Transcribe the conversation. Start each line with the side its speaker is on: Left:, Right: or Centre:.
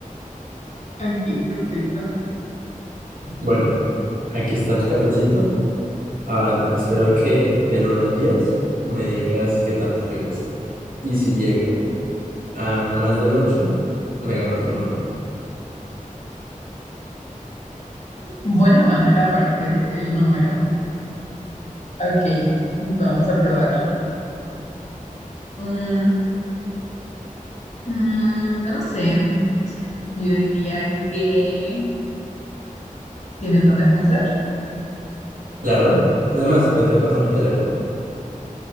Left: Ok, perfecto.
Right: Bueno, aquí está el cafecito. Ahora, espero que del uno al 10 me digas qué tanto te gusta. Y si llego a más del 8 me gano tu número.
Left: Buena manera para pedir el número. Ok, vamos a probarlo. Mm, mm, no lo sé. Yo diría que... ¿Tienes dónde apuntar?
Right: Claro. Además, ven, te paso mi teléfono.